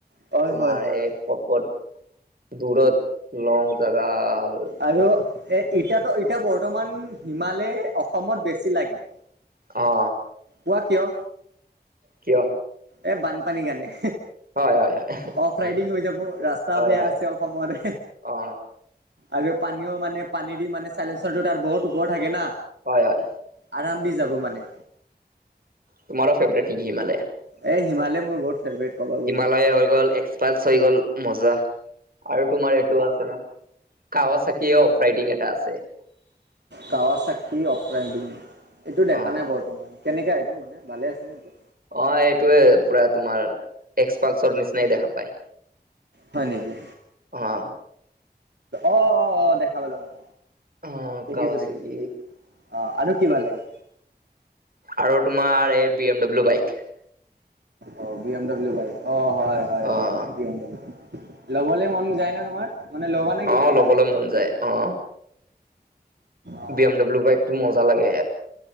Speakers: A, on the right; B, on the right.
A: অ হয়
B: তোমাৰ
A: হয় হয়
B: এই
A: হয়
B: ক'ত ক'ত দূুৰত লং জাগা ল
A: আৰু এ এতিয়াতো এতিয়া বৰ্তমান হিমালে অসমত বেছি লাগে
B: অ
A: কোৱা কিয়
B: কিয়
A: এ বানপানীৰ কাণে
B: হয়, হয়, হয়।
A: অফ ৰাইডিং হৈ যাব ৰাস্তা
B: হয়,
A: বেয়া
B: হয়,
A: আছে অসমৰে
B: অ',
A: আৰু পানীও মানে পানী দি মানে চাইলেঞ্চৰটো তাৰ বহুত ওপৰ থাকে না
B: হয় হয়
A: আৰাম দি যাব মানে
B: তোমাৰৌ ফেভৰেট নিকি হিমালয়া
A: এ হিমালয় মোৰ বহুত ফেভৰেট ক'ব গ'লে
B: হিমালয় হৈ গ'ল এক পালছ্ হৈ গল মজা আৰু তোমাৰ এইটো আছে ন খাৱা চাকিঅ অফ ৰাইডিং এটা আছে
A: কাৱা চাকি অফ লাইন বুলি এইটো দেখা
B: অ',
A: নাই বৰ্তমান কেনেকা এইটো মানে ভালে আছে নে এইটো
B: অ এইটোয়ে পুৰা তোমাৰ এক্সপালচৰ নিচিনাই দেখা পায়
A: হয় নিকি
B: অ',
A: অ অ অ দেখা পালো অ
B: অ',
A: দেখিছো
B: কাৱাচাকি
A: দেখিছো অ আৰু কি ভাল লাগে
B: আৰু তোমাৰ এই বি এম ডব্লিউ বাইক
A: অ, বি এম ডাব্লিউ বাইক। অ, হয়, হয়,
B: অ',
A: হয়, বি এম ডাব্লিউ। ল'বলে মন যায় না তোমাৰ? মানে ল'বা নে কেতিয়াবা
B: অ, লবলৈ মন যায়, অ।
A: অ
B: বি এম ডাব্লিউ বাইকটো মজা লাগে।